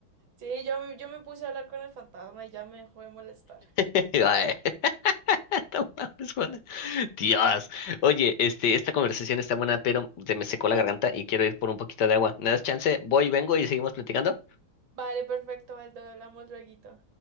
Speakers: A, on the right; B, on the left.
A: Sí, yo, me- yo me puse a hablar con el fantasma y ya me dejó de molestar.
B: <laughs> Ay, <laughs> no mames, Juan. Dios. Oye, este, esta conversación está buena, pero se me secó la garganta y quiero ir por un poquito de agua. ¿Me das chance? Voy, vengo y seguimos platicando.
A: Vale, perfecto, Aldo, hablamos lueguito.